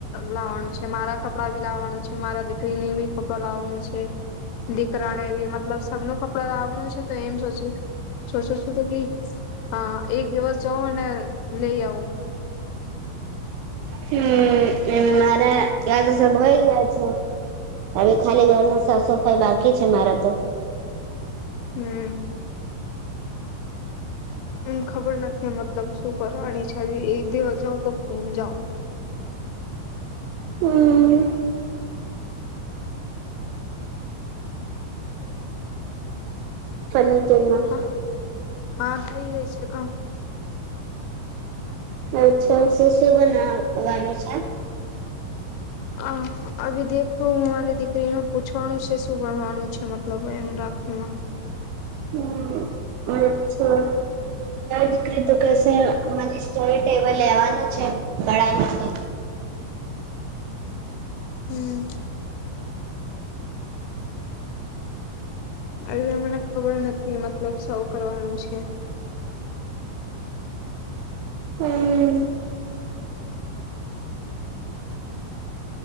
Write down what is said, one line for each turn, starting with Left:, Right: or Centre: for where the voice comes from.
Left: લાવવાનું છે. મારા કપડાં બી લાવવાનું છે, મારા દીકરીને બી કપડા લાવવાનું છે, દીકરાને બી મતલબ સબનું કપડા લાવવાનું છે તો એમ સોચું છું એક દિવસ જવ અને લઈ આવું.
Right: હમ એ મારા તો હોય ગયા છે હવે ખાલી ઘરની સાફ સફાઈ બાકી છે મારા તો.
Left: હમ્મ. એમ ખબર નથી મતલબ શું કરવાની છે એક દિવસ જાઉ તો જાઉ.
Right: હમ ચલ <unintelligible>
Left: હા હા થઈ ગઈ છે કણ
Right: અટછાશું શું બનવવાનું છે
Left: હ આવી દેખું હું મારી દીકરીને પૂછવાનું છે શું બણવાનું છે મતલબ એમ રાખીમાં
Right: હમ અચ્છા તાર દીકરી તો કેસે મ સ્ટડી ટેબલ લેવાનુ છે પડાઈ મા છે
Left: હમ આવી મને ખબર નથી મતલબ સૌ કરવાનું છે
Right: હમ